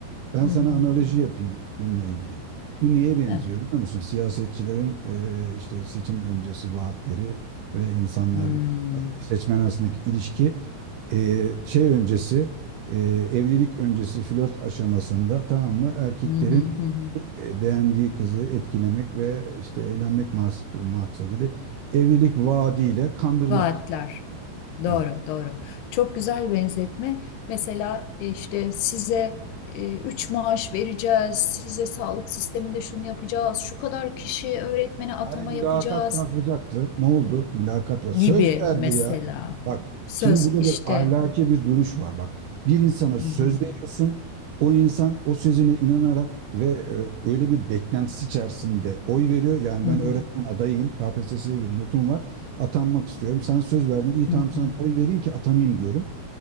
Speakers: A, on the right; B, on the left.
A: Ben
B: Hı
A: sana
B: hı,
A: analoji yapayım bununla ilgili. Bu neye benziyor
B: heh,
A: biliyor musun? Siyasetçilerin eee, işte seçim öncesi vaatleri ve insanlar
B: hı,
A: seçmen arasındaki ilişki eee, şey öncesi eee, evlilik öncesi flört aşamasında tamam mı erkeklerin
B: hı hı, hı hı.
A: e, beğendiği kızı etkilemek ve işte evlenmek mas- maksadıyla evlilik vaadiyle kandırmak.
B: Vaatler. Doğru,
A: Ha.
B: doğru. Çok güzel benzetme. Mesela e, işte size e, üç maaş vereceğiz, size sağlık sisteminde şunu yapacağız, şu kadar kişi öğretmene atama
A: Hani mülakat
B: yapacağız
A: kalkacaktı. Ne oldu? Mülakat ya. Söz
B: gibi
A: verdi
B: mesela.
A: ya. Bak
B: Söz
A: şimdi burada
B: işte.
A: bir ahlaki bir duruş var. Bak bir insana söz
B: Hı hı,
A: veriyorsun. O insan o sözüne inanarak ve e, öyle bir beklentisi içerisinde oy veriyor. Yani
B: hı
A: ben
B: hı,
A: öğretmen adayıyım. KPSS'ye girdim. Notum var. Atanmak istiyorum. Sen söz verdin. İyi tamam
B: hı hı.
A: sana oy vereyim ki atanayım diyorum.